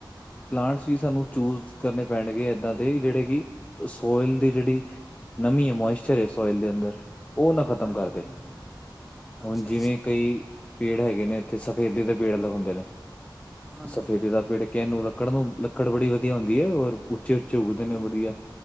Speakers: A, on the left (about 15°); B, in the centre.
A: ਪਲਾਂਟਸ ਵੀ ਸਾਨੂੰ ਚੂਜ ਕਰਨੇ ਪੈਣਗੇ ਏਦਾਂ ਦੇ ਜਿਹੜੇ ਕਿ ਸੋਇਲ ਦੀ ਜਿਹੜੀ ਨਮੀ ਏ ਮੋਇਸਚਰ ਹੈ ਸੋਇਲ ਦੇ ਅੰਦਰ ਉਹ ਨਾ ਖ਼ਤਮ
B: ਹਾਂਜੀ
A: ਕਰਦੇ
B: ਹਾਂਜੀ ਅੱਛਾ
A: ਹੁਣ ਜਿਵੇਂ
B: ਅੱਛਾ
A: ਕਈ ਪੇੜ ਹੈਗੇ ਨੇ ਇੱਥੇ ਸਫੈਦੇ ਦੇ ਪੇੜ ਅਲੱਗ ਹੁੰਦੇ ਨੇ
B: ਹਾਂਜੀ
A: ਸਫੇਦੇ ਦਾ ਪੇੜ ਕਨੂੰ ਲੱਕੜ ਨੂੰ ਲੱਕੜ ਬੜੀ ਵਧੀਆ ਹੁੰਦੀ ਏ ਔਰ ਉੱਚੇ- ਉੱਚੇ ਉੱਗਦੇ ਨੇ
B: ਹਾਂਜੀ
A: ਵਧੀਆ